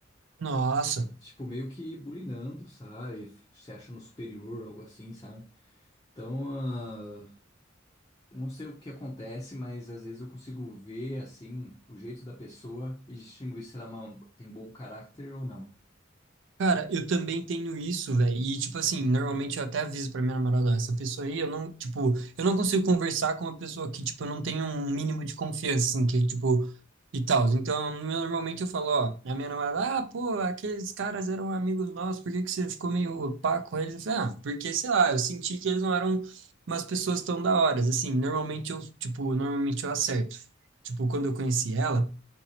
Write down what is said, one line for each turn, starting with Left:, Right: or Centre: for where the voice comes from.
Right: Nossa.
Left: Tipo, meio que bulinando, sabe? F- Se achando superior, algo assim, sabe? Então, ah, eu não sei o que acontece, mas às vezes eu consigo ver, assim, o jeito da pessoa e distinguir se ela é uma- tem bom caráter ou não.
Right: Cara, eu também tenho isso, velho. E, tipo assim, normalmente eu até aviso pra minha namorada, ó, essa pessoa aí, eu não, tipo, eu não consigo conversar com uma pessoa que, tipo, eu não tenho um mínimo de confiança, assim, que, tipo, e tal. Então, eu- normalmente eu falo, ó, a minha namorada, ah, pô, aqueles caras eram amigos nossos, por que que você ficou meio pá com eles? Eu falei, ah, porque, sei lá, eu senti que eles não eram umas pessoas tão da hora, assim. Normalmente eu, tipo, normalmente eu acerto. Tipo, quando eu conheci ela,